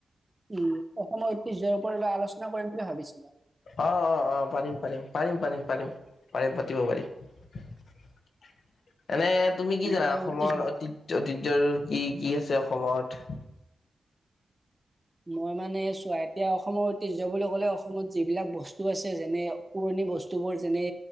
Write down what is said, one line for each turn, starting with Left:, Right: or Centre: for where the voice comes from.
Right: উম অসমৈত নিজৰ ওপৰলৈ আলোচনা কৰিম বুলি ভাবিছো।
Left: অ'-অ'-অ', পাৰিম-পাৰিম, পাৰিম-পাৰিম-পাৰিম, পাৰিম পাতিব পাৰি। এনে তুমি
Right: মানে
Left: কি জানা অসমৰ
Right: ঐতিহ্য
Left: অতিজত। <unintelligible> কি কি আছে অসমত
Right: মই মানে চোৱা, এতিয়া অসমৰ ঐতিহ্য বুলি ক'লে অসমত যিবিলাক বস্তু আছে যেনে পুৰণি সেই বস্তুবোৰ যেনে